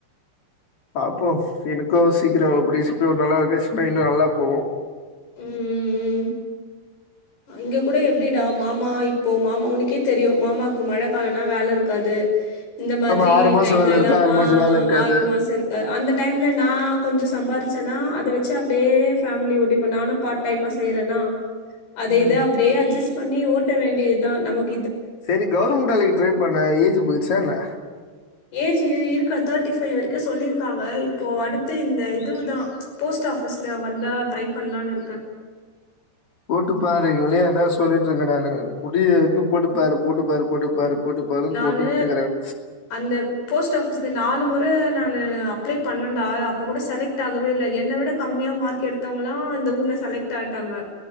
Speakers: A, on the left (about 35°); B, on the left (about 60°).
A: பாப்போ எனக்கு சீக்கிரோ கூடிய சீக்கிரோ ஒரு நல்லா கெடஸ்சுனா இன்னு நல்லா போவு
B: ம் ம் ம் இங்க கூட எப்டிடா மாமா இப்போ மாமா உனக்கே தெரியு மாமாக்கு மழ காலொன்னா வேல இருக்காது. இந்த மாதிரி
A: ஆமா மாசம்
B: டைம்லல்லா
A: வேல இருக்கும்,
B: ஆ
A: மாசம் வேல இருக்காது.
B: ஆறு மாசோ இருக் அ அந்த டைம்ல நா கொஞ்சொ சம்பாரிச்சனா அத வச்சு அப்டியே ஃபேமிலி ஓட்டிபே நானு பாட் டைமா செய்யறனா அத
A: ம்
B: இத அப்டியே அட்ஜஸ் பண்ணி ஓட்ட வேண்டிய தா நமக்
A: சேரி கவருமண்ட்டு வேலைக்கு ட்ரை பண்ணு ஏஜ்ஜு போயிருச்சா என்ன
B: ஏஜ்ஜு இருக்கா தேர்ட்டி ஃபைவ் வரைக்கு சொல்லிருக்காங்க இப்போ அடுத்து இந்த இதுதா போஸ்ட் ஆஃபிஸ்ல வந்தா ட்ரை பண்லான் இருக்கே
A: போட்டு பாரு இவளயே அதா சொல்லிட்ருக்கே நானு முடிய்ர வரைக்கு போட்டு பாரு போட்டு பாரு போட்டு பாரு போட்டு பாருன்னு
B: நானு
A: போட்டு விட்டுனுருக்கிறேன்.
B: அந்த போஸ்ட் ஆஃபிஸ்லா நாலு மொற நானு அப் அப்ளே பண்ணண்டா அப்ப கூட செலக்ட் ஆகவே இல்ல என்ன விட கம்மியா மார்க் எடுத்தவுங்கலா இந்த ஊர்ல செலக்ட் ஆய்ட்டாங்க